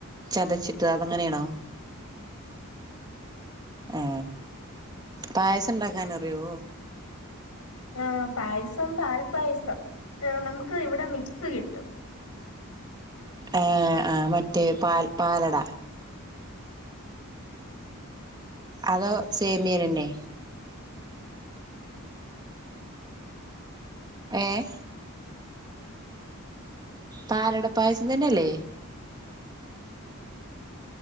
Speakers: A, on the right (about 20°); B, on the left (about 80°).
A: ചതച്ചിട്ട് അതെങ്ങനെയാണോ എ പായസം ണ്ടാക്കാൻ അറിയോ
B: ആഹ് പായസം പാൽ പായസം നമുക്ക് ഇവിടെ മിക്സ് കിട്ടും
A: ആഹ് ആഹ് മറ്റേ പാൽ പാലട അതോ സേമിയനന്നെ ഏഹ് പാലട പായസം തന്നെയല്ലേ